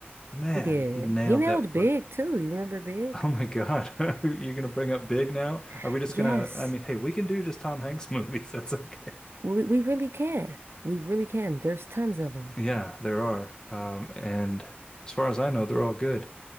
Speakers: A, on the left; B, on the right.
A: Man,
B: He did.
A: he nailed
B: He nailed
A: that part.
B: Big
A: <laughs>
B: too. You remember Big?
A: Oh my God. <laughs> You're gonna bring up Big now?
B: <laughs>
A: Are we just
B: Yes.
A: gonna, I mean, hey, we can do just Tom Hanks <laughs> movies. That's okay.
B: We we really can. We really can. There's tons of them.
A: Yeah, there are. Um, and as far as I know, they're all good.